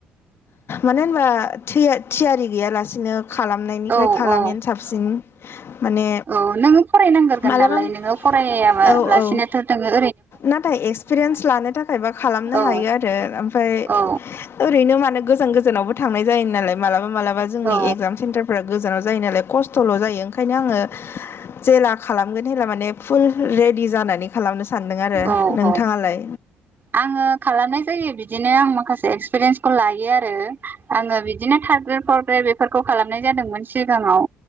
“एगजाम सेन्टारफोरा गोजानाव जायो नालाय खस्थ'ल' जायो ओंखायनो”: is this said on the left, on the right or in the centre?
Left